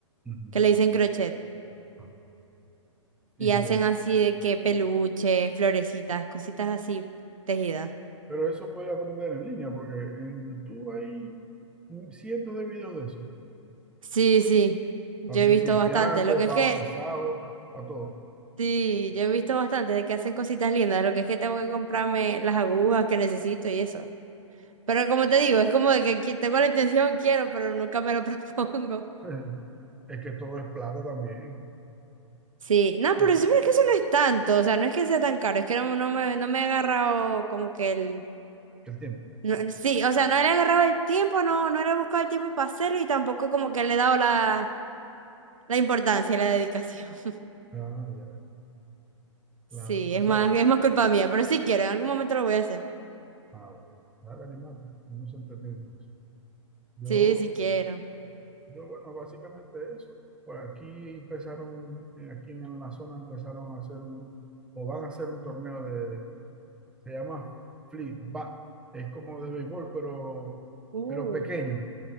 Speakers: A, in the centre; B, on the right (about 85°).
A: Ujú.
B: que le dicen crochet,
A: Ah,
B: y
A: Sí, sí,
B: hacen
A: lo he visto.
B: así de que peluches, florecitas, cositas así tejidas.
A: Pero eso podés aprender en línea, porque en YouTube hay cientos de videos de eso.
B: Sí, sí, yo
A: Para principiantes,
B: he visto bastante, lo que
A: para
B: es que...
A: avanzados, para todo.
B: Sí, yo he visto bastante de que hacen cositas lindas, lo que es que tengo que comprarme las agujas que necesito y eso. Pero como te digo, es como de que qui- tengo la intención, quiero, pero nunca me lo <laughs> propongo.
A: <laughs> Es que todo es plata también.
B: Sí, no, pero
A: Aquí,
B: es, pero es que eso no es tanto, o sea, no es que sea tan caro, es que no, no me, no me he agarrado como que el...
A: el tiempo.
B: no, sí, o sea, no le he agarrado el tiempo, no, no le he buscado el tiempo para hacerlo y tampoco como que le he dado la, la importancia y la dedicación. <laughs>
A: Ah, ya, claro.
B: Sí,
A: O
B: es
A: sea,
B: más, es más culpa mía, pero sí quiero, en algún momento lo voy a hacer.
A: ah, bueno. Dale, animate. No se entretiene con eso. Yo,
B: Sí, sí quiero.
A: yo, bueno, básicamente eso. Pues aquí empezaron, eh, aquí en la zona empezaron a hacer un, o van a hacer un torneo de, se llama Fleet Bat. Es como de béisbol, pero,
B: Uh,
A: pero pequeño.